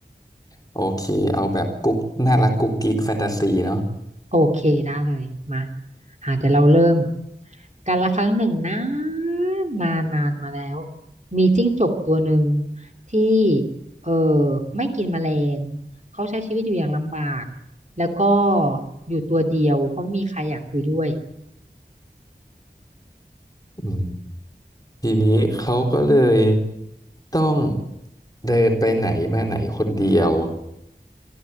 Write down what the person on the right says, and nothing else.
โอเคได้เลยมาอ่าเดี๋ยวเราเริ่มการละครั้งหนึ่งนะนนานนานมาแล้วมีจิ้งจกตัวหนึ่งที่เออไม่กินแมลงเขาใช้ชีวิตอยู่อย่างลำบากแล้วก็อยู่ตัวเดียวเพราะไม่มีใครอยากคุยด้วย